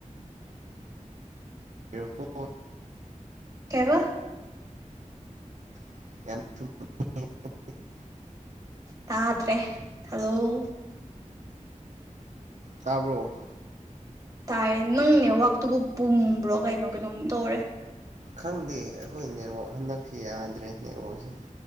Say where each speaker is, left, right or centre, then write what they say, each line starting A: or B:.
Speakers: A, on the right; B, on the right.
A: ꯏꯔꯛꯀꯣꯑꯣ
B: ꯀꯩꯕ
A: <unintelligible>
B: ꯇꯥꯗ꯭ꯔꯦ ꯍꯂꯣ
A: ꯇꯥꯕ꯭ꯔꯣ
B: ꯇꯥꯏꯌꯦ ꯅꯪ ꯅꯦꯠꯋꯥꯛꯇꯨꯕꯨ ꯄꯨꯝꯕ꯭ꯔꯣ ꯀꯩꯅꯣ ꯀꯩꯅꯣꯝ ꯇꯧꯔꯦ
A: ꯈꯪꯗꯦ ꯑꯩꯈꯣꯏ ꯅꯦꯠꯋꯥꯛ ꯍꯟꯗꯛꯁꯦ ꯌꯥꯗ꯭ꯔꯦ ꯅꯦꯠꯋꯥꯛꯁꯦ